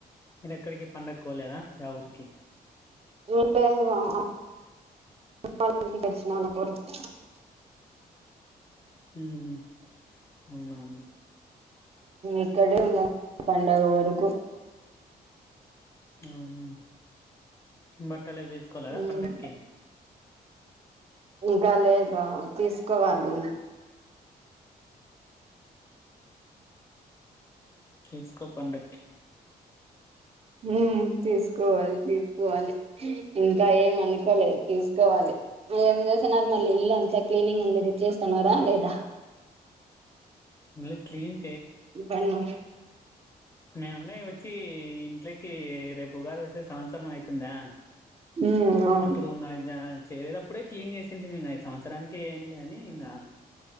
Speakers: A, on the left; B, on the right.
A: నేను ఎక్కడికి పండక్కోలేదా యా ఊరికి
B: లేదు బావ
A: మ్ హు అవునండి
B: ఇక్కడే ఉండాలి పండగ వరకు
A: అవును బట్టలవి దీసుకోలేద
B: ఉమ్
A: పండక్కి
B: ఇంకా లేదా తీసుకోవాలి
A: తీస్కో పండక్కి
B: మ్ తీసుకోవాలి తీసుకోవాలి ఇంగ ఏం అనుకోలేదు తీసుకోవాలి ఏం చేసిన్నారు మళ్ళీ ఇల్లు అంతా క్లీనింగ్ ఉంది చేస్తన్నారా లేదా
A: మళ్ళ క్లీన్
B: ఇప్పన్నో
A: మీ అన్నయ్య వచ్చి ఇంట్లోకి రేపు ఉగాది వస్తే సంవత్సరం అయితుందా
B: ఉమ్ అవును
A: అప్పుడు నా జ చేరేటప్పుడే క్లీన్ చేసింటిమి ఇంగ ఈ సంవత్సరానికి ఏం లే అని ఇంగ